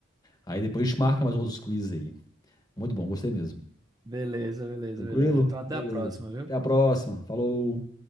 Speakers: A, on the left; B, on the right.
A: Aí depois a gente marca mais outros quiz aí. Muito bom, gostei mesmo.
B: Beleza, beleza,
A: Tranquilo?
B: beleza. Então até
A: Beleza.
B: a próxima, viu?
A: Até a próxima. Falou.